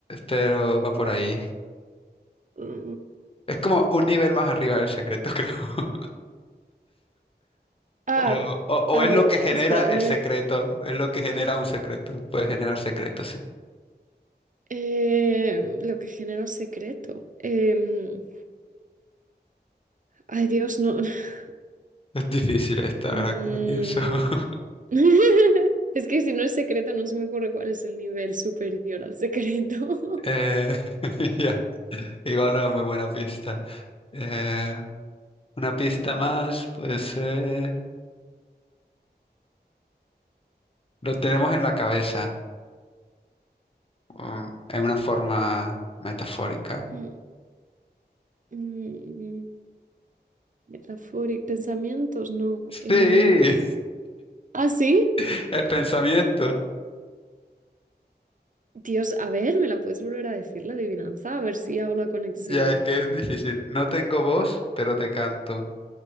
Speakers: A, on the left; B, on the right.
A: Pero va por ahí.
B: mm,
A: Es como un nivel más arriba del secreto, creo. <laughs>
B: Ah,
A: O, o- o
B: ani-
A: es lo que
B: ah,
A: genera
B: espera,
A: el
B: un nivel.
A: secreto, es lo que genera un secreto. Puede generar secretos, sí.
B: Eh, lo que genera un secreto. Em, ay, Dios, no. <laughs>
A: Es difícil esta,
B: Mm.
A: ahora que lo pienso. <laughs>
B: <laughs> Es que si no es secreto, no se me ocurre cuál es el nivel superior al secreto.
A: Eh, <laughs> ya, Igual no es muy buena pista. Eh, una pista más, puede ser... Lo tenemos en la cabeza, o en una forma metafórica.
B: <laughs> Mm, mm, metafóric- pensamientos, no.
A: Sí,
B: Em, ah, sí.
A: <laughs> el pensamiento.
B: Dios, a ver, ¿me la puedes volver a decir la adivinanza? A ver si hago la conexión.
A: Ya, es que es difícil. No tengo voz, pero te canto.